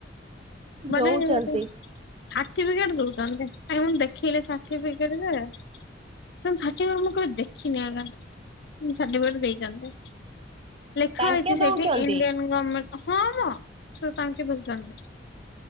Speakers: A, on the left; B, on the right.
A: ମାନେ
B: ଦଉଛନ୍ତି
A: <unintelligible> ସାର୍ଟିଫିକେଟ ଦଉଚନ୍ତି। କାଇଁ ମୁଁ ଦେଖେଇଲେ ସା ସାର୍ଟିଫିକେଟ ଯେ ସେମ ସାର୍ଟିଫିକେଟ ମୁଁ କେବେ ଦେ ଦେଖିନି ଏକା <unintelligible> ସାର୍ଟିଫିକେଟ ଦେଇଚନ୍ତି। ଲେଖା
B: ତାଙ୍କେ
A: ହେଇଚି
B: ଦଉଛନ୍ତି
A: ସେଇଠି ଇଣ୍ଡିଆନ ଗମେଣ୍ଟ ହଁ ମୋ ସୋ ତାଙ୍କେ ଦଉଚନ୍ତି।